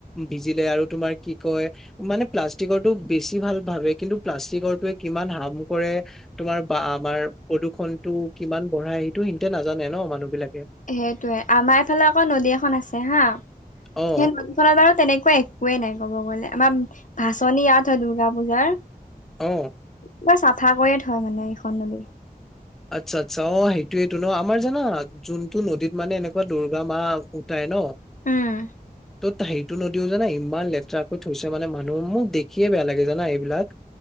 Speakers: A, in the centre; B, on the left (about 55°).
A: ভিজিলে আৰু তোমাৰ কি কয় মানে প্লাষ্টিকৰটো বেছি ভাল ভাবে কিন্তু প্লাষ্টিকৰটোৱে কিমান হাৰ্ম কৰে তোমাৰ বা আমাৰ প্ৰদূষণ টো কিমান বঢ়াই সেইটো সিতে নাজানে ন মানুহ বিলাক
B: সেইটোৱে আমাৰ এইফালে আকৌ নদী এখন আছে হা
A: অ
B: সেই নদীখনত বাৰু তেনেকুৱা একোৱে নাই ক'ব গলে আমাৰ ভাচনি ইয়াত হয় দুৰ্গা পূজাৰ
A: অ
B: পোৰা চাফা কৰিয়ে থউ মানে এইখন নদী।
A: আচ্ছা আচ্ছা অ সেইটোৱেটো ন আমাৰ জানা যোনটো নদীত মানে এনেকুৱা দুৰ্গা মা উঠাই ন
B: উম
A: ত' সেইটো নদীও জানা ইমান লেতেৰাকৈ থৈছে মানে মানুহ মোক দেখিয়ে বেয়া লাগে জানা এইবিলাক।